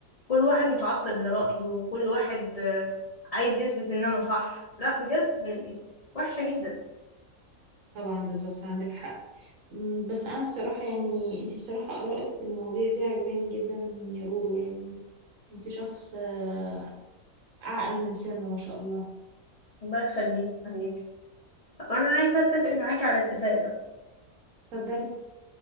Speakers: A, on the left (about 75°); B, on the right (about 70°).
A: كل واحد متعصب لرأيه وكل واحد آه، عايز يثبت ان انا صح لا بجد وحشة جدا
B: طبعا بالظبط عندك حق م، بس انا الصراحه يعني انتي الصراحه ارائك في المواضيع دي عجباني جدا يا رورو يعني انتي شخص آه، اعقل من سنه ما شاء الله
A: الله يخليك يا حبيبي طب انا عايزة اتفق معاكي على اتفاق بقى
B: اتفضلي